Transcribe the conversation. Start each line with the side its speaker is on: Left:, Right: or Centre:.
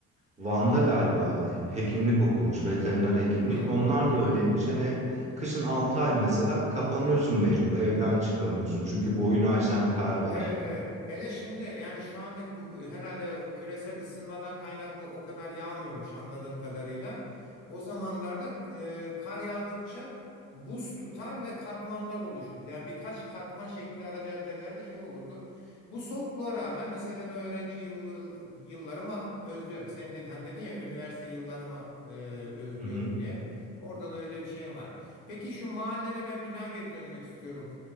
Right: Van'da galiba hekimlik okumuş, veteriner hekimlik.
Left: Hı.
Right: Onlar da öyleymiş. Hani kışın 6 ay mesela kapanıyorsun mecbur, evden çıkamıyorsun. Çünkü boyunu aşan kar var.
Left: Evet evet. Hele şimdi yani şu andaki bu herhalde küresel ısınmadan kaynaklı o kadar yağmıyormuş anladığım kadarıyla. O zamanlarda e, kar yağdıkça buz tutar ve katmanlar oluşurdu. Yani birkaç katman şeklinde ara caddelerde şey olurdu. Bu soğukluğa rağmen mesela ben öğrenci yıllı, yıllarımı özlüyorum. Sen dedin, hani dedin ya üniversite yıllarımı e, özlüyorum
Right: Hı hı.
Left: diye. Orada da öyle bir şey var. Peki şu mahallene ben bir daha geri dönmek istiyorum.